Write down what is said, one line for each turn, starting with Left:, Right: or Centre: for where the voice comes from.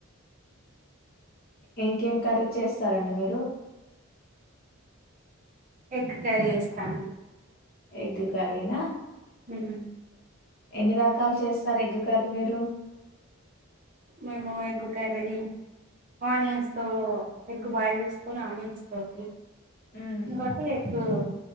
Left: ఇంకేం కరీ చేస్త సరండి మీరు
Right: ఎగ్ కర్రీ చేస్తాను
Left: ఎగ్ కర్రీనా
Right: హ్మ్
Left: ఎన్ని రకాలు చేస్తారు ఎగ్ కర్రీ మీరు
Right: మేము ఎగ్గు కర్రీ ఆనియన్స్ తో ఎగ్గు బాయిల్ చేసుకొని ఆనియన్స్ తోటి,
Left: హ్మ్
Right: ఇంగోటి ఓ